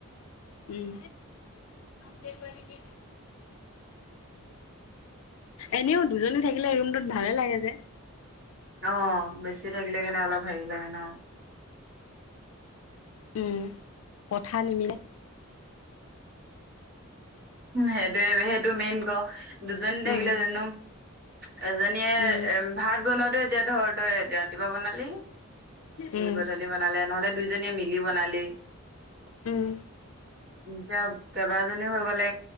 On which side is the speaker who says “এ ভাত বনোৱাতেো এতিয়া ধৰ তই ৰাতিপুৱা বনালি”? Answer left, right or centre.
Right